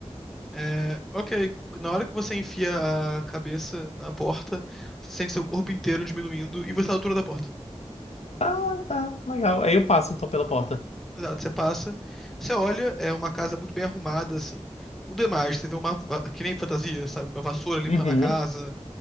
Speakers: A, in the centre; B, on the left.
A: É, ok, na hora que você enfia a cabeça na porta, você sente seu corpo inteiro diminuindo e você tá na altura da porta.
B: Ah, tá, legal. Aí eu passo então pela porta.
A: Exato, você passa, você olha, é uma casa muito bem arrumada, assim. Tudo é mais, você vê uma, va- que nem fantasia, sabe? Uma vassoura limpando
B: Uhum.
A: a casa,